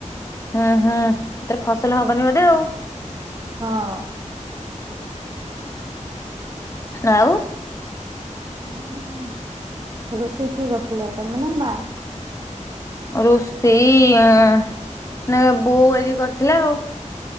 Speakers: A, on the left; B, on the right.
A: ହଁ ହଁ ଏଥିରେ ଫସଲ ହବନି ବୋଧେ ଆଉ।
B: ହଁ।
A: ହୁଁ ଆଉ।
B: ଆଉ କଣ ରୋଷେଇ କିଏ କରୁଥିଲା ତମେ ନା ମା?
A: ରୋଷେଇ ଆଁ ନାବା ବୋଉ ଆଜି କରିଥିଲା ଆଉ।